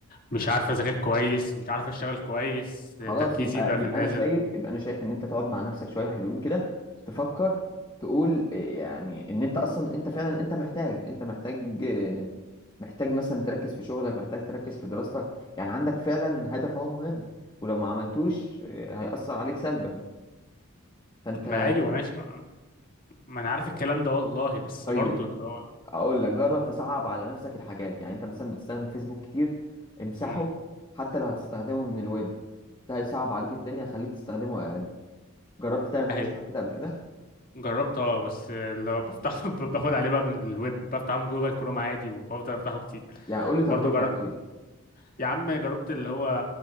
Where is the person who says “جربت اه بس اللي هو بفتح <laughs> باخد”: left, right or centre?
Left